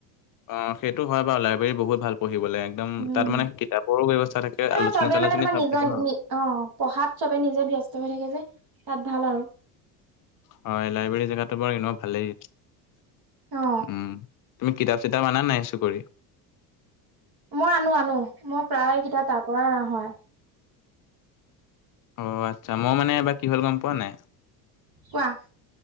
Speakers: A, on the left; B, on the right.
A: অহ, সেইটো হয় বাৰু লাইব্ৰেৰীত বহুত ভাল পঢ়ি পঢ়িভলে একদম
B: উম।
A: তাত মানে কিতাপৰো ব্যৱস্থা থাকে,
B: এ
A: আলোচনী
B: চবে
A: চালোচনী
B: মানে তোমাৰ
A: চব
B: নিজৰ
A: থাকে ন।
B: অ পঢ়াত চবে নিজে ব্যস্ত হৈ থাকে যে। তাত ভাল আৰু
A: হয়, লাইব্ৰেৰী জেগাটো বাৰু ইনেও ভালেই। উম,
B: অ
A: তুমি কিতাপ-চিতাপ আনা নাই ইছো কৰি?
B: মই আনো আনো মই প্ৰায় কিতাপ তাৰ পৰাই অনা হয়।
A: অ আচ্ছা মই মানে এইবাৰ কি হ'ল গম পোৱা নাই?
B: কোৱা।